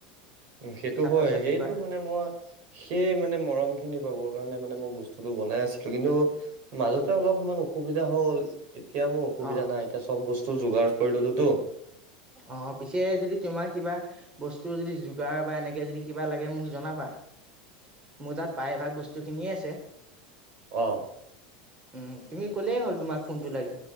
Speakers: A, on the right; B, on the right.
A: উম, সেইটো
B: ছাত্ৰ
A: হয়
B: ছাত্ৰীৰ
A: সেইটো
B: পৰা।
A: মানে মই- সেই মানে মৰম খিনি পাবৰ কাৰণে মানে মই বস্তুটো বনাই আছিলো, কিন্তু- মাজতে অলপমান অসুবিধা হ'ল। এতিয়া মোৰ অসুবিধা
B: অ'
A: নাই এতিয়া চব বস্তু যোগাৰ কৰি ললোতো।
B: অঁ পিছে যদি তোমাৰ কিবা- বস্তু যদি যোগাৰ বা এনেকে যদি কিবা লাগে মোক জনাবা। মোৰ তাত প্ৰায়ভাগ বস্তুখিনিয়ে আছে।
A: অঁ।
B: উম, তুমি ক'লেই হ'ল তোমাক কোনটো লাগে।